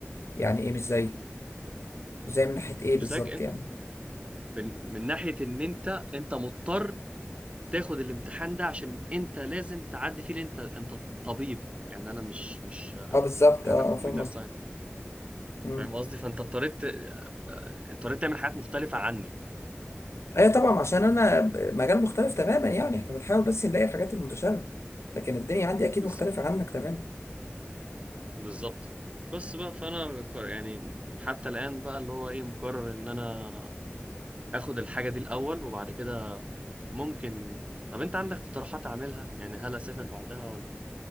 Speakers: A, on the left; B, on the right.
A: يعني ايه مش زي ازاي من ناحية ايه
B: مش
A: بالظبط
B: زيك إن-
A: يعني
B: من, من ناحيه ان انت انت مضطر تاخد الامتحان ده عشان انت لازم تعدي فيه لأن انت انت طبيب يعني انا مش مش
A: اه بالظبط
B: يعني
A: اه
B: انا كمبيوتر
A: آه، فاهم قصدك
B: ساينس
A: مم.
B: فاهم قصدي فانت اضطريت اضطريت تعمل حاجات مختلفه عني
A: ايوه طبعا عشان انا
B: فاهم
A: ب- مجال مختلف تماما يعني احنا بنحاول بس نلاقي الحاجات المتشابهة لكن الدنيا عندي اكيد
B: بالظبط
A: مختلفة عنك تماما
B: بالظبط بس بقى فانا ك- يعني حتى الان بقى اللي هو ايه مقرر ان انا اخد الحاجه دي الاول وبعد كده ممكن طب انت عندك اقتراحات اعملها يعني هل اسافر بعدها ولا